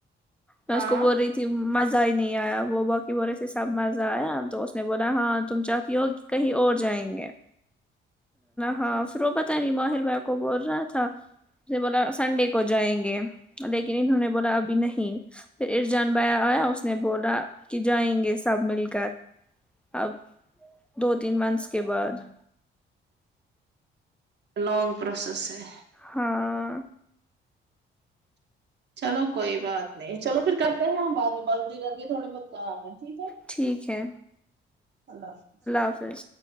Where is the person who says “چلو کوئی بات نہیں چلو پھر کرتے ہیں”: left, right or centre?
Right